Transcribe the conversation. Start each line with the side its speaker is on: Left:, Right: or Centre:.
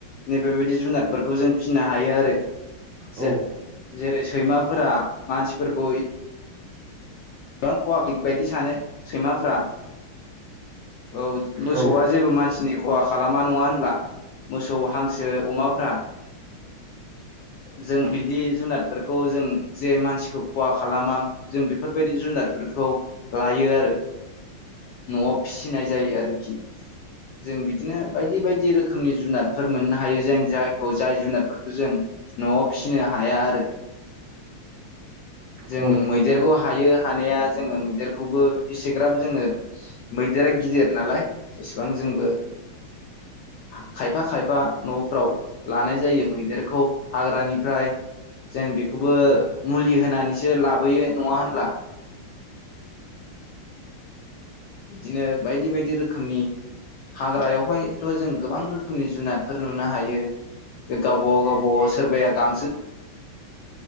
Left: नै बेबायदि जुनादफोरखौ जों फिनो हायो आरो। <unintelligible>
Right: औ।
Left: जे जेरै सैमाफोरा मानसिफोरखौ <unintelligible> बायदि सानो सैमाफ्रा औ मोसौआ
Right: औ
Left: जेबो मानसिनि खहा खालामा नङा होनब्ला मोसौ हांसो अमाफ्रा। जों बिदि जुनादफोरखौ जों जे मानसिखौ खहा खालामा जों बेफोरबायदि जुनादफोरखौ लायो आरो। न'आव फिसिनाय जायो आरोखि । जों बिदिनो बायदि बायदि रोखोमनि जुनादफोर मोननो हायो जेन जायखौ जाय जुनादफोरखौ जों न'आव फिसिनो हाया आरो। जों
Right: औ
Left: मैदेरखौ हायो हानाया जोङो मैदेरखौबो एसेग्राब जोङो मैदेरा गिदिर नालाय। इसेबां जोंबो <inaudible> खायफा खायफा नफ्राव लानाय जायो मैदेरखौ हाग्रानिफ्राय जेन बेखौबो
Right: औ
Left: मुलि होनानैसो लाबोयो नंङा होनब्ला? बिदिनो बायदि बायदि रोखोमनि हाग्रायावहायथ' जों गोबां रोख खोमनि जुनाद फोर नुनो हायो बे गावबा गाव गावबा गाव सोरबाया गांसो